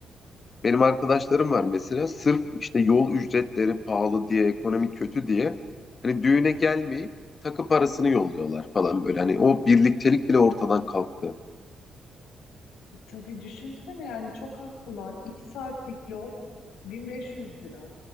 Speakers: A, on the left (about 45°); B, on the left (about 75°).
A: Benim arkadaşlarım var mesela sırf işte yol ücretleri pahalı diye, ekonomi kötü diye hani düğüne gelmeyip takı parasını yolluyorlar falan böyle. Hani o birliktelik bile ortadan kalktı.
B: E, tabii düşünsene yani çok haklılar. İki saatlik yol 1500 lira.